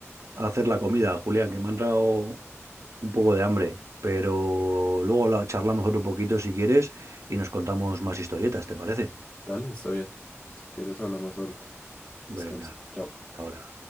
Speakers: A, on the right; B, on the left.
A: a hacer la comida, Julián, que me ha entrado un poco de hambre, pero luego la charlamos otro poquito si quieres y nos contamos más historietas, ¿te parece?
B: Dale, está bien. Si quieres hablamos ahorita.
A: Venga,
B: Descansa. Chao.
A: ahora.